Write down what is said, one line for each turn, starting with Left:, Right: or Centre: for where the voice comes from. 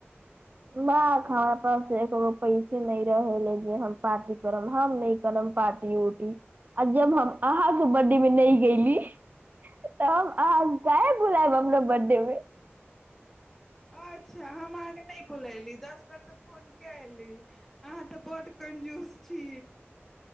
Right: ब हमरा पास एको पैसे नहि रहे ल जे हम पार्टी करब हम नहि करब पार्टी उर्टी आ जब हम अहाँके बडी मे नहि गयली तऽ हम अह क बुलायब हमरा बर्थडे मे
Centre: अच्छा हम अहाँकेँ नहि बुलयली दस बेर तऽ फोन क अयली अहाँ तऽ बड कंजूस छी